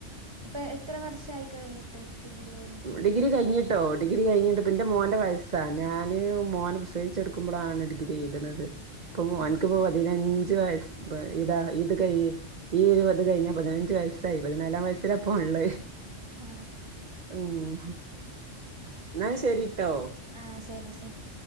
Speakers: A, on the right; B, on the right.
A: അപ്പൊ എത്ര വർഷയി കഴിഞ്ഞിട്ട്. ഡിഗ്രി കഴിഞ്ഞ്
B: ഡിഗ്രി കഴിഞ്ഞിട്ട് കേട്ടോ ഡിഗ്രി കഴിഞ്ഞിട്ട് പിന്റെ മോന്റെ വയസ്സാ ഞാന് മോനെ പ്രസേവിച്ചെടുക്കുമ്പോഴാണ് ഡിഗ്രി ചെയ്തത്. ഇപ്പൊനക്ക്പ്പോ
A: ആഹ്
B: പതിനഞ്ച വയസ്സ് ഇതാ ഇത് കൈ ഈ ഒരു പത് കഴിഞ്ഞ പതിനഞ്ച വയസ്സായി പതിനാലാം വയസ്സില അപ്പ ഉള്ള.
A: ആ.
B: ളം എന്നാ ശരിട്ടോ.
A: ആഹ. ശരി. ശരി.